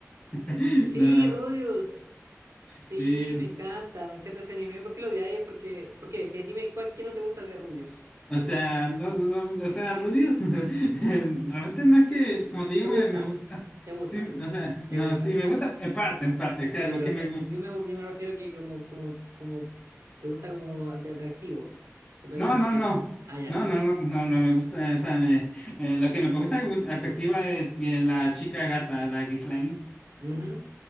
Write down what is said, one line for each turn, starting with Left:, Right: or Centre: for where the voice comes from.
Left: <laughs>
Right: Sí,
Left: no,
Right: Rudius. Sí,
Left: sí.
Right: me encanta, me encanta ese anime. ¿Por qué lo odiáis? Porque, ¿por qué? ¿Qué- dime cuál, qué no te gusta de Rudius.
Left: O sea, no, no, no, o sea, Rudius, <laughs> realmente no es que, como te digo,
Right: Te gusta,
Left: me, me gusta.
Right: te gusta,
Left: Sí, no, o sea,
Right: te
Left: no,
Right: gusta.
Left: sí, me gusta en parte, en parte, que
Right: No,
Left: lo
Right: pero
Left: que me gusta.
Right: yo me, yo me refiero que como, como, como, te gusta como de atractivo. ¿Te parece
Left: No,
Right: atractivo?
Left: no, no.
Right: Ah, ya.
Left: No, no, no, no, no me gusta, o sea, me, eh, lo que me gusta en perspectiva es que la chica gata, la Ghislaine.
Right: Ujú.